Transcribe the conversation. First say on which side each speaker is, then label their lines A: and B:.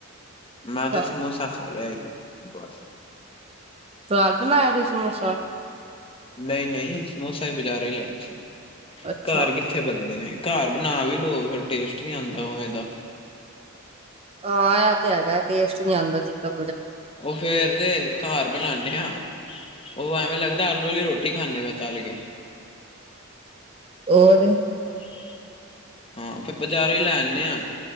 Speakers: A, on the right; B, on the left.
A: ਅੱਛਾ
B: ਮੈਂ ਤੇ ਸਮੋਸਾ ਖਾ ਲਿਆ ਇੱਕ ਬਸ।
A: ਘਰ ਬਣਾਇਆ ਸੀ ਸਮੋਸਾ।
B: ਨਹੀਂ ਨਹੀਂ ਸਮੋਸਾ ਹੀ ਬਜ਼ਾਰ ਹੀ ਲਿਆ ਸੀ
A: ਅੱਛਾ
B: ਘਰ ਕਿੱਥੇ ਬੰਦੇ ਨੇ। ਘਰ ਬਣਾ ਵੀ ਲੋਓ ਫਿਰ ਟੇਸਟ ਨੀ ਆਉਂਦਾ ਉਵੇਂ ਦਾ।
A: ਹਾਂ ਇਹ ਤੇ ਹੈਗਾ ਟੇਸਟ ਨੀ ਆਉਦਾ ਜਿੱਦਾ।
B: ਉਹ ਫੇਰ ਦੇ ਘਰ ਬਣਾਉਦੇ ਆ। ਉਹ ਐਵੇਂ ਲੱਗਦਾ ਆਲੂ ਵਾਲੀ ਰੋਟੀ ਖਾਂਦੇ ਤਲ ਕੇ।
A: ਹੋਰ।
B: <inaudible> ਹਾਂ ਫਿਰ ਬਾਜ਼ਾਰੋਂ ਹੀ ਲੈ ਆੇ ਹਾਂ